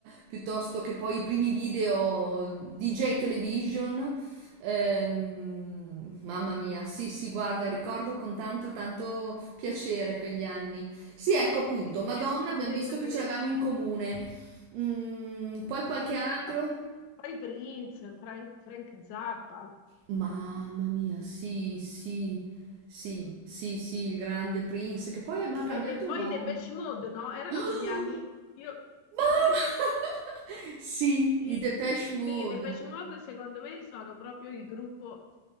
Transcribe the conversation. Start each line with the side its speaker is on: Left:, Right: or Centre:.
Right: piuttosto che poi i primi video DJ Television. Ehm, mamma mia, sì, sì, guarda, ricordo con tanto, tanto piacere quegli anni. Sì, ecco appunto, Madonna,
Left: Che spensierate?
Right: abbiamo visto che ce l'avevamo in comune. Mm, poi qualche
Left: Sì,
Right: altro?
Left: ma poi Prince, Frank, Frank Zappa
Right: Mamma mia, sì, sì, sì, sì, sì, il grande Prince, che poi aveva
Left: e,
Right: cambiato
Left: e poi
Right: nome.
Left: Depeche
Right: <gasps>
Left: Mode, no? Erano
Right: Oh,
Left: quegli anni. Io, io
Right: ma-
Left: per esempio,
Right: <laughs> Sì,
Left: Sì,
Right: i Depeche
Left: sì,
Right: Mode.
Left: i Depeche Mode secondo me sono proprio il gruppo